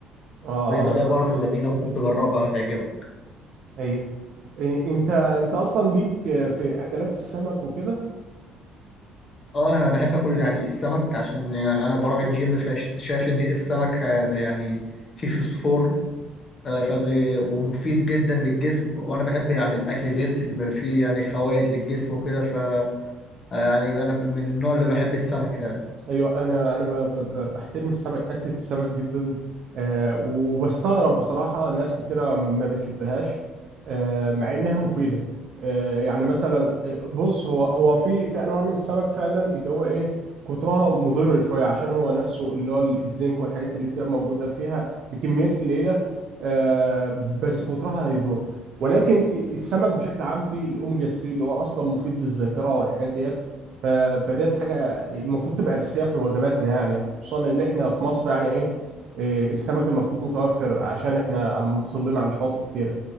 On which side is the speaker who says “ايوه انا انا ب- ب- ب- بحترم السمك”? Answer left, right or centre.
Right